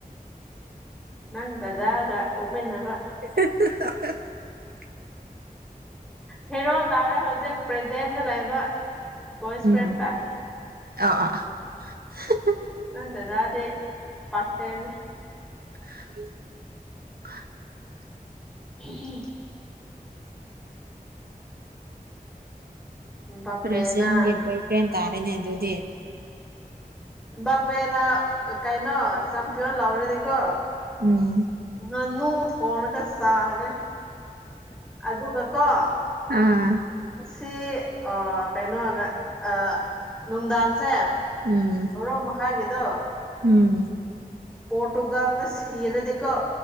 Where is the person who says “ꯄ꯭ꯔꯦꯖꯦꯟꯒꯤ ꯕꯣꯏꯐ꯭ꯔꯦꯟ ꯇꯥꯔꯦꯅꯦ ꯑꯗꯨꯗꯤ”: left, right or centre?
Right